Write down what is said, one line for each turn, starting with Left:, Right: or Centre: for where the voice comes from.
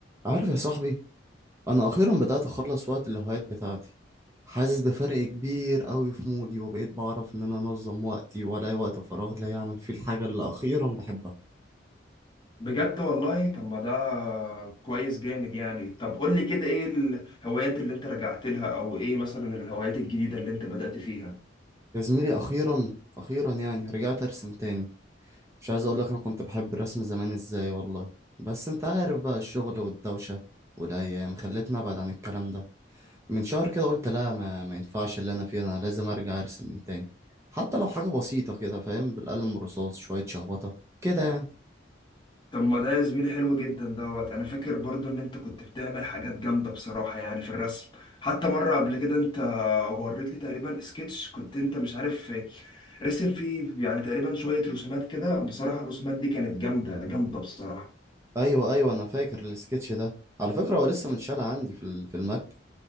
Right: عارف يا صاحبي انا اخيرا بدات اخلص وقت الهوايات بتاعتي حاسس بفرق كبير قوي في مودي وبقيت بعرف ان انا انظم وقتي والاقي وقت فراغ لا يعمل فيه الحاجه اللي اخيرا بحبها
Left: بجد والله طب ما ده كويس جامد يعني طب قول لي كده ايه الهوايات اللي انت رجعت لها او ايه مثلا الهوايات الجديدة اللي انت بدأت فيها
Right: يا زميلي اخيرا اخيرا يعني رجعت ارسم تاني مش عايز اقول لك انا كنت بحب الرسم زمان ازاي والله بس انت عارف بقى الشغل والدوشه والايام خلتني ابعد عن الكلام ده من شهر كده قلت لا ما, ما ينفعش اللي انا فيه انا لازم ارجع ارسم من تاني حتى لو حاجه بسيطه كده فاهم بالقلم الرصاص شويه شخبطه كده يعني
Left: طب ما ده يا زميلي حلو جدا دوت انا فاكر برضو ان انت كنت بتعمل حاجات جامدة بصراحة يعني في الرسم حتى مرة قبل كده انت وريت لي تقريبا سكتش كنت انت مش عارف رسم فيه يعني تقريبا شوية رسومات كده بصراحة الرسومات دي كانت جامدة جامدة بصراحة
Right: ايوه ايوه انا فاكر السكتش ده على فكره هو لسه متشال عندي في ال- في المكتب